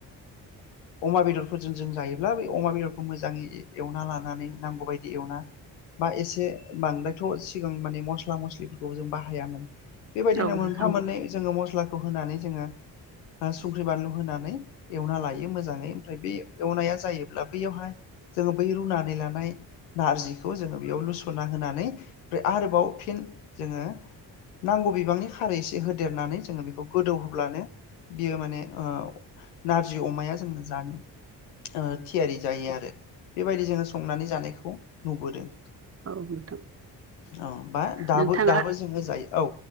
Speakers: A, on the left; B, on the right.
A: ओ अमा बेदरफोरजों जों जायोब्ला बै अमा बेदरखौ मोजाङै एवना लानानै नांगौ बायदि एवना बा एसे बांद्रायथ' सिगां माने मस्ला मस्लिफोरखौबो जों बाहायामोन। बेबायदिनो
B: औ नोंथां
A: मोनफा मोननै जोङो मस्लाखौ होनानै जोङो संख्रि बानलु होनानै एवना लायो मोजाङै ओमफ्राय बे एवनाया जायोब्ला बैयावहाय जोङो बै रुनानै लानाय नारजिखौ जोङो बेयाव लुस सना होनानै फ्राय आरोबाव फिन जोङो नांगौ बिबांनि खारै एसे होदेरनानै जोङो बेखौ गोदौ होब्लानो बियो माने ओ नारजि अमाया जोंनो जानो ओ थियारि जायो आरो। बेबायदि जोङो संनानै जानायखौ नुबोदों।
B: औ नोंथां।
A: औ बा दाबो
B: नोंथाङा
A: दाबो जोङो जायो औ